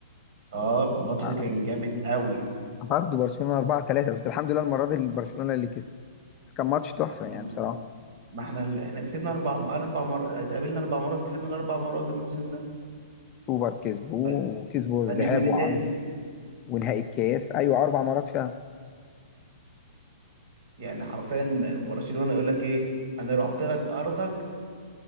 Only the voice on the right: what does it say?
اه الماتش
ده كان جامد قوي
ما
احنا
ما احنا ال- احنا كسبنا اربع اربع مر... اتقابلنا اربع مرات كسبنا الاربع مرات الموسم ده
ف-
فنعمل
ايه
تاني
يعني حرفيا برشلونه يقول لك ايه انا رحت لك ارضك